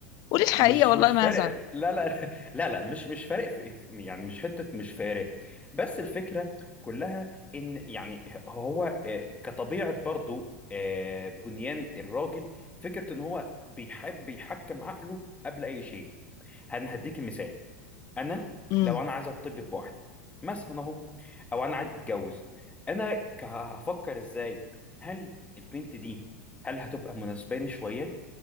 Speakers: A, on the left (about 45°); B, on the left (about 15°).
A: قولي الحقيقه
B: مش
A: والله
B: مش
A: ما
B: فارق
A: هزعل
B: لا لا لا لا مش مش فارق في يعني مش حتة مش فارق بس الفكرة كلها ان يعني هو آه، كطبيعة برضو آه، بنيان الراجل فكرة ان هو بيحب يحكم عقله قبل اي شيء هن- هديكي مثال انا
A: امم
B: لو انا عايز ارتبط بواحدة مثلا اهو او انا عايز اتجوز انا ك- هفكر ازاي هل البنت دي هل هتبقى مناسباني شوية